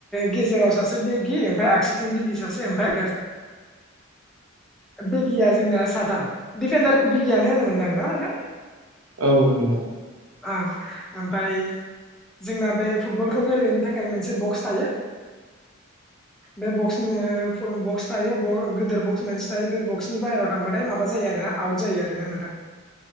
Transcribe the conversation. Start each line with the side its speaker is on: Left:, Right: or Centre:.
Centre: गेजेराव सासे बेगि ओमफ्राय आगसिथिं बिगि सासे ओमफाय बिगि जोंना साथामार खौ बिगियानो होनोमोनदांना नोंथां
Right: औ नोंथां
Centre: ओं ओमफ्राय जोंना बे फुटबलखौ गेलेनो थाखाय मोनसे बक्स थायो
Right: <inaudible>
Centre: बे बक्सनि बक्स थायो गदिर बक्स मोनसे थायो बे बक्सनि बाहेरायाव थांबाथाय माबा जायो आरोना आउट जायो आरोना नोंथां